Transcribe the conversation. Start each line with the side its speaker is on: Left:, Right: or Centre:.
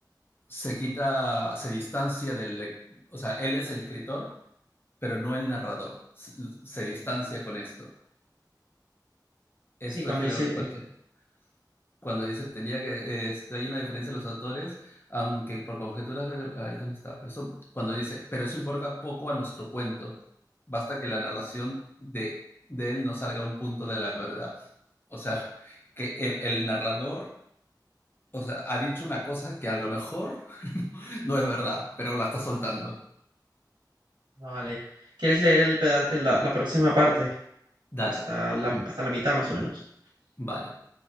Left: se quita, se distancia del, o sea, él es el escritor, pero no el narrador. Se, se distancia con esto. Esto
Right: Sí, cuando
Left: es que,
Right: dice,
Left: lo- por ejemplo, cuando dice tenía que, este, hay una diferencia en los autores, aunque por conjeturas, ver- ahí dónde está, pero eso- cuando dice, pero eso importa poco a nuestro cuento. Basta que la narración de, de él no salga a un punto de la verdad. O sea, que el, el narrador O sea, ha dicho una cosa que a lo mejor <laughs> no es verdad, pero la está soltando.
Right: vale. ¿Quieres leer el peda- la la próxima parte?
Left: Dale,
Right: Hasta la, hasta la mitad más o menos.
Left: vale.